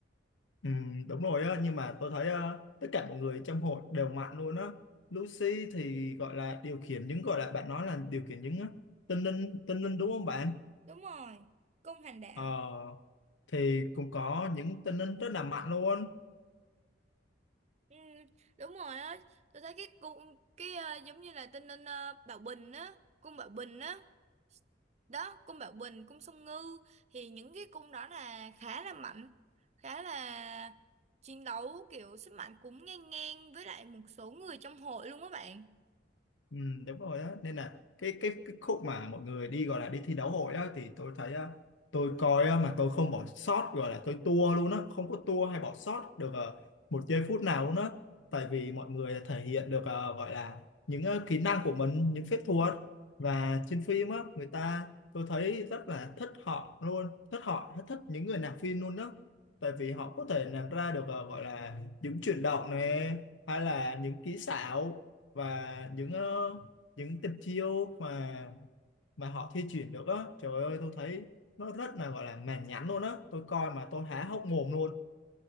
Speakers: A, on the left; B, on the right.
A: Ừ, đúng rồi á nhưng mà tôi thấy ờ, tất cả mọi người trong hội đều mạnh luôn á Lucy thì gọi là điều khiển những gọi là bạn nói là điều khiển những ờ, tinh linh tinh linh đúng không bạn
B: Đúng rồi, công hành đạo.
A: ờ, thì cũng có những tinh linh rất là mạnh luôn
B: Ừ, đúng rồi á tôi thấy cái cung cái ờ, giống như là tên nên uh, Bảo Bình á cung Bảo Bình á đó cung Bảo Bình cung Song Ngư thì những cái cung đó là khá là mạnh khá là chiến đấu kiểu sức mạnh cũng ngang ngang với lại một số người trong hội luôn á bạn
A: Ừ, đúng rồi á nên là cái cái cái khúc mà mọi người đi gọi là đi thi đấu hội á thì tôi thấy á, tôi coi á, mà tôi không bỏ sót gọi là tôi tua luôn á không có tua hay bỏ sót được ờ, một giây phút nào luôn á tại vì mọi người thể hiện được ờ, gọi là những ờ, kỹ năng của mình những phép thuật và trên phim á người ta tôi thấy rất là thích họ luôn thích họ thích những người làm phim luôn đó tại vì họ có thể làm ra được ờ, gọi là những chuyển động này hay là những kỹ xảo và những ờ, những tình chiêu mà mà họ thi chuyển được á trời ơi tôi thấy nó rất là gọi là mãn nhãn luôn á tôi coi mà tôi há hốc mồm luôn